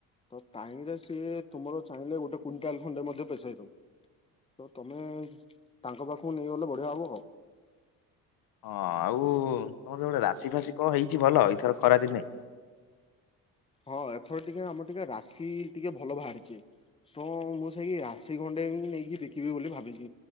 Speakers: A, on the left; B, on the left.
A: ତ ତାଇଁରେ ସିଏ ତୁମର ଚାହିଁଲେ ଗୋଟେ କୁଇଣ୍ଟାଲ ଖଣ୍ଡେ ମଧ୍ୟ ପେସେଇଦବ। ତ ତମେ ତାଙ୍କ ପାଖକୁ ନେଇଗଲେ ବଢ଼ିଆ ହବ ଆଉ।
B: ହଁ ଆଉ ତମର ଗୋଟେ ରାଶି ଫାଶି କଣ ହେଇଛି ଭଲ ଏଇଥର ଖରାଦିନେ?
A: ହଁ ଏଥର ଟିକେ ଆମର ଟିକେ ରାଶି ଟିକେ ଭଲ ବାହାରିଛି। ତ ମୁଁ ସେଇ ରାଶି ଖଣ୍ଡେ ନେଇକି ବିକିବି ବୋଲି ଭାବିଛି।